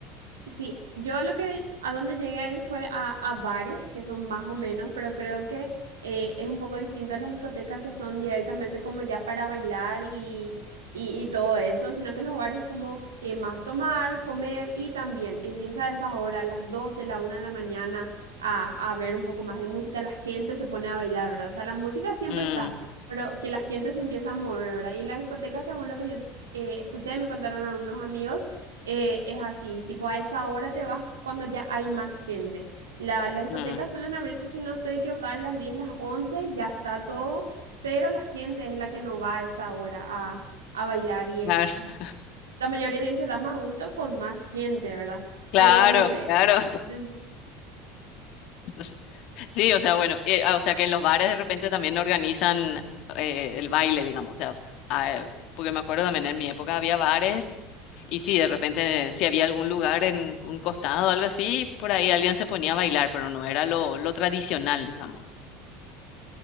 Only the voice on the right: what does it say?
Sí, yo lo que a donde llegué a ir fue a, a bares, que son más o menos, pero creo que eh, es un poco distinto a las discotecas que son directamente como ya para bailar y, y, y todo eso, sino que los bares como eh, más tomar, comer y también empieza a esas horas, las 12, la una de la mañana, a, a ver un poco más de música, la gente se pone a bailar, ¿verdad? O sea, la música siempre
está, pero que la gente se empieza a mover, ¿verdad? Y en las discotecas, según lo que yo eh, escuché y me contaron algunos amigos, eh, es así, tipo a esa hora te vas cuando ya hay más gente. La- las discotecas
suelen abrirse, si no estoy equivocada, a las 10 las 11 ya está todo, pero la gente es la que no va a esa hora a, a bailar y es-
la mayoría dice da más gusto con más gente, ¿verdad?
Pero no sé.
em,